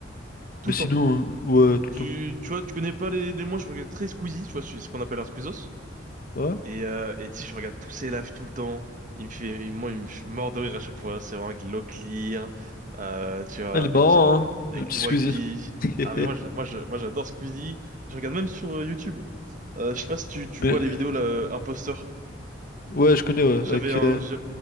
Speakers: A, on the right; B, on the left.
A: Tout
B: Mais sinon,
A: le temps.
B: euh, ouais, tout
A: Tu,
B: le temps.
A: tu vois, tu connais pas les, les moi je regarde très Squeezie, tu vois, c'est ce qu'on appelle un squeezos.
B: Ouais.
A: Et, euh, et tu sais, je regarde tous ses lives tout le temps. Il me fait, il- moi, il me, je suis mort de rire à chaque fois. C'est vraiment avec Locklear, euh, tu vois,
B: Ah, Elle
A: avec,
B: est marrant,
A: euh,
B: hein,
A: avec
B: le petit
A: Dwagby.
B: Squeezie. <laughs>
A: Ah, mais moi, je, moi, je, moi, j'adore Squeezie. Je regarde même sur euh, YouTube. Euh, je sais pas si tu, tu
B: Mais,
A: vois les
B: euh,
A: vidéos, là, euh, Imposteur.
B: ouais, je connais, ouais.
A: J'avais
B: Avec,
A: un,
B: euh,
A: je-